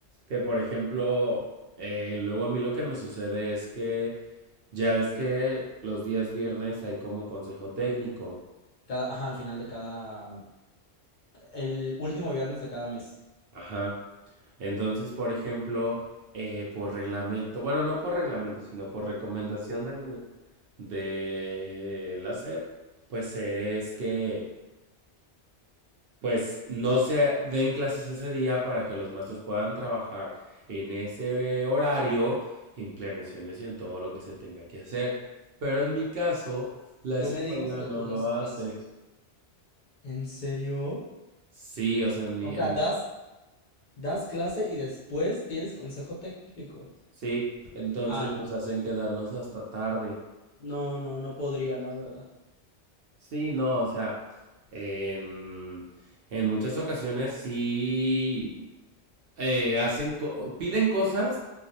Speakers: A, on the right (about 65°); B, on the left (about 50°).
A: Que por ejemplo, eh, luego a mí lo que me sucede es que ya ves que los días viernes hay como consejo técnico.
B: Cada, ajá, al final de cada, el último viernes de cada mes.
A: Ajá. Entonces, por ejemplo, eh, por reglamento, bueno, no por reglamento, sino por recomendación del- de la SEP, pues es que pues no se den clases ese día para que los maestros puedan trabajar en ese horario, en planeaciones y en todo lo que se tenga que hacer. Pero en mi caso, la
B: No
A: escuela
B: me digas que
A: no
B: tú
A: lo
B: das
A: hace.
B: clases. ¿En serio?
A: Sí, o sea, en mi,
B: O sea,
A: en mi,
B: das Das clase y después tienes consejo técnico.
A: sí, entonces
B: Ay,
A: nos
B: no.
A: hacen quedarnos hasta tarde.
B: No, no, no podría, la verdad.
A: Sí, no, o sea, en, en muchas ocasiones sí eh, hacen co- piden cosas